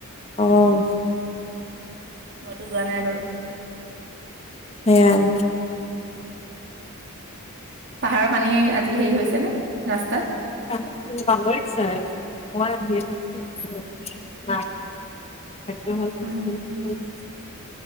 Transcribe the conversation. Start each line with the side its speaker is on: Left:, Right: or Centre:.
Left: অ'
Right: মইতো যোৱা নাই বাৰু!
Left: সেয়াই
Right: পাহাৰৰ পানী আজি হেৰি হৈছেনে ৰাস্তাত?
Left: <unintelligible> ভাগ্য ভাল <unintelligible>
Right: উম,